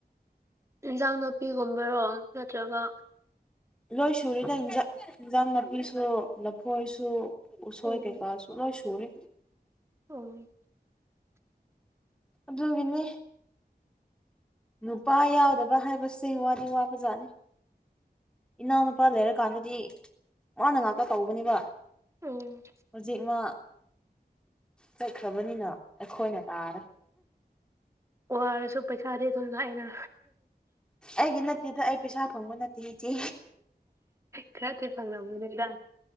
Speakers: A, on the right; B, in the centre.
A: ꯏꯟꯁꯥꯡ ꯅꯥꯄꯤꯒꯨꯝꯕꯔꯣ ꯅꯠꯇ꯭ꯔꯒ
B: ꯂꯣꯏ ꯁꯨꯔꯦꯗ ꯏꯟꯖꯥꯡ ꯅꯥꯄꯤꯁꯨ ꯂꯐꯣꯏꯁꯨ ꯎ ꯁꯣꯏ
A: ꯎꯝ
B: ꯀꯩꯀꯥꯁꯨ ꯂꯣꯢ ꯁꯨꯔꯦ
A: ꯑꯣ
B: ꯑꯗꯨꯒꯤꯅꯤ ꯅꯨꯄꯥ ꯌꯥꯎꯗꯕ ꯍꯥꯏꯕꯁꯦ ꯋꯥꯗꯤ ꯋꯥꯕꯖꯥꯠꯅꯤ ꯏꯅꯥꯎꯅꯨꯄꯥ ꯂꯩꯔꯀꯥꯟꯗꯗꯤ ꯃꯥꯅ ꯉꯥꯛꯇ ꯇꯧꯕꯅꯦꯕ
A: ꯎꯝ
B: ꯍꯧꯖꯤꯛ ꯃꯥ ꯆꯠꯈ꯭ꯔꯕꯅꯤꯅ ꯑꯩꯈꯣꯏꯅ ꯇꯥꯔꯦ
A: ꯋꯥꯔꯁꯨ ꯄꯩꯁꯥꯗꯤ ꯑꯗꯨꯝ ꯂꯥꯛꯏꯗ
B: ꯑꯩꯒꯤ ꯅꯠꯇꯦꯗ ꯑꯩ ꯄꯩꯁꯥ ꯐꯪꯕ ꯅꯠꯇꯦ ꯏꯆꯦ
A: ꯈꯔꯗꯤ ꯐꯪ ꯉꯝꯅꯤꯗ